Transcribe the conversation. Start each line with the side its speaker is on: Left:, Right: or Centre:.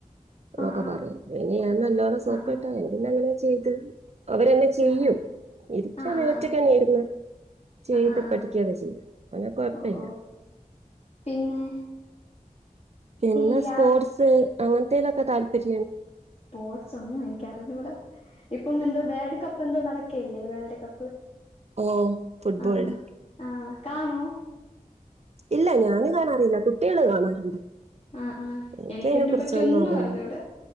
Right: എന്നൊക്കെ
Left: ആഹ്
Right: പറയും പിന്നെ ഞാൻ നല്ലോണം സോപ്പട്ട
Left: ആഹ് ആഹ്
Right: പിന്നെനെ ത് അവരന്നെ ചെയ്യൂ
Left: ആഹ്
Right: ഇരിക്കാൻ
Left: ആഹ് ആഹ്
Right: ഏറ്റക്കെന്ന
Left: ആഹ് ആഹ്
Right: ഇന്ന് ചെയ്ത്
Left: ആഹ് ആഹ് ആഹ്
Right: പഠിക്കുകയൊക്കെ
Left: ആഹ്
Right: ചെയ്യും അങ്ങനെ കൊഴപ്പമില്ല
Left: ഓ ഓ പിന്നെ
Right: പിന്നെ
Left: ഈ
Right: സ്പോർട്സ്
Left: ആ
Right: അങ്ങനേലൊക്ക താല്‌പര്യ
Left: സ്പോർട്സ് ഒന്നും എനിക്ക അറിഞ്ഞുകൂട ഇപ്പം എന്തോ വേഡ് കപ്പ് എന്തോ നടക്കല്ലേ വേൾഡ കപ്പ്
Right: ഓ ഫുട്ബോള്
Left: ആഹ് ആഹ് കാണോ
Right: ഇല്ല ഞാന് കാണാറില്ല കുട്ടികള് കാണാറുണ്ട്
Left: ആ ആ
Right: എനിക്കതിനെ
Left: എനിക്കിതിനെ
Right: കുറിച്ചൊന്നും
Left: പറ്റി ഒന്നും
Right: അറിയില്ല
Left: അറിഞ്ഞൂട